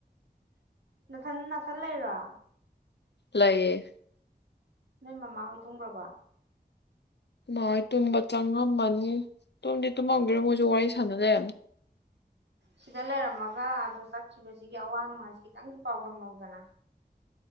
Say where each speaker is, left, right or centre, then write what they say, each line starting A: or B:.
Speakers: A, on the right; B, on the left.
A: ꯅꯊ ꯅꯊꯜ ꯂꯩꯔ
B: ꯂꯩꯑꯌꯦ
A: ꯅꯣꯏ ꯃꯃꯥ ꯍꯣꯏ ꯇꯨꯝꯈ꯭ꯔꯕ
B: ꯃꯥꯣꯏ ꯇꯨꯝꯕ ꯆꯪꯉꯝꯃꯅꯤ ꯇꯨꯝꯗꯤ ꯇꯨꯝꯍꯧꯗꯔꯣ ꯃꯣꯏꯁꯨ ꯋꯥꯔꯤ ꯁꯥꯟꯅꯖꯩ
A: ꯁꯤꯗ ꯂꯩꯔꯝꯃꯒ ꯑꯗꯨꯗꯣ ꯆꯠꯈꯤꯕꯁꯤꯒꯤ ꯑꯋꯥ ꯅꯨꯡꯉꯥꯏꯁꯤ ꯈꯤꯇꯪꯗꯤ ꯄꯥꯎꯗꯝꯍꯧꯗꯅ